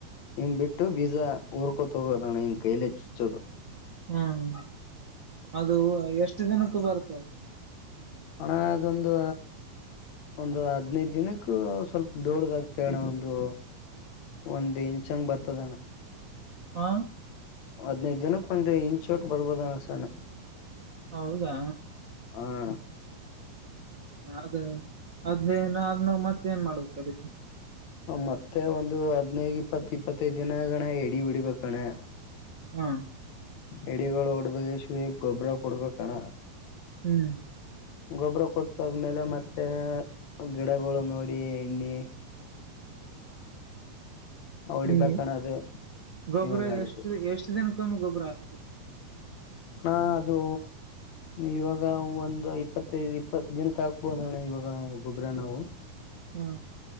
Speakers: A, on the left; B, on the right.
A: ಹಿಂಗ್ ಬಿಟ್ಟು ಬೀಜ ಉಊರ್ಕೊ ತಗೋದೋಣ್ಣ ಹಂಗ ಕೈಲಿಚ್ಚುಚ್ಚೋದು
B: ಹ್ಮ್ ಅದು ಎಷ್ಟು ದಿನಕ್ಕೆ ಬರ್ತದೆ <unintelligible>
A: ಅಣ ಅದೊಂದು ಒಂದು ಹದ್ನೈದ ದಿನಕ್ಕೂ ಸ್ವಲ್ಪ ದೊಡ್ಡ್ದ ಆ್ತ ಅಣ್ಣ ಒಂದು ಒಂದು್ ಇಂಚ್ಂಗ ಬರ್ತದ ಅಣ್ಣ
B: ಹಾ
A: ಹದ್ನೈದ ದಿನಕ್ಕ ಒಂದ್ ಇಂಚೋಟ್ ಬರ್ಬೋದನಸಾನ
B: ಹೌದಾ
A: ಆ ಅಣ
B: ಅದೇ ಅದೇ ಅದ್ ನಾ ಮತ್ತೆ ಏನ್ ಮಾಡ್ಬೇಕು ಅದಕ್ಕೆ
A: ಮತ್ತೆ ಒಂದು ಹದ್ನೈದು ಇಪ್ಪತ್ ಇಪ್ಪತ್ತೈದ್ ದಿನಗಣ ಎಡಿ ಬಿಡಿಬೇಕಣ್ಣ
B: ಹಾ
A: ಎಡಿಗಳು ಹೊಡ್ದಾಗ ಗುಬ್ಬಾರ ಕೊಡ್ಬೇಕಣ
B: ಹ್ಮ್
A: ಗೊಬ್ಬರ ಕೊಟ್ಟಾದ್ಮೇಲೆ ಮತ್ತೆ ಗಿಡಗಳು ನೋಡಿ ಎಣ್ಣಿ ಹೊಡಿಬೇಕಣ
B: ಹ್ಮ್
A: ಅದು
B: ಗೊಬ್ಬ್ರ
A: ಇವಾಗ ಅದಕ್ಕೆ
B: ಎಷ್ಟು ಎಷ್ಟ್ ದಿನಕ್ಕೊಮ್ಮೆ ಗೊಬ್ಬ್ರ ಆಗ್ ಹ <inaudible>
A: ಹಾ ಅದು ಇವಾಗ ಒಂದ್ ಇಪ್ಪತ್ತೈದು ಇಪ್ಪತ್ ದಿನಕ್ಕೆ ಆಾಕ್ಬೋದಣ ಇವಾಗ ಗೊಬ್ಬ್ರ ನಾವು
B: ಹಾ